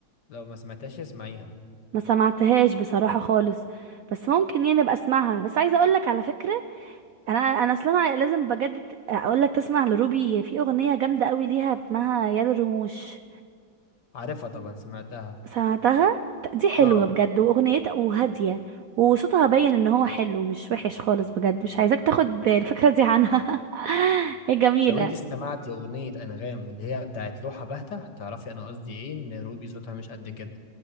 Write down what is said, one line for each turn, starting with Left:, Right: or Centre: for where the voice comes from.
Left: لو ما سمعتهاش اسمعيها
Right: ما سمعتهاش بصراحة خالص بس ممكن يعني ابقى اسمعها بس عايزة اقول لك على فكرة انا انا اصلا لازم بجد اقول لك تسمع لروبي في اغنية جامدة قوي ليها اسمها يد الرموش
Left: عارفها طبعا سمعتها
Right: سمعتها ت- دي حلوة
Left: اه
Right: بجد واغنيتها وهادية وصوتها باين ان هو حلو مش وحش خالص بجد مش عايزاك تاخد الفكرة دي عنها <laughs> هي جميلة
Left: لو انت سمعتي اغنيه انغام اللي هي بتاعت لوحه باهته هتعرفي انا قصدي ايه ان روبي صوتها مش قد كده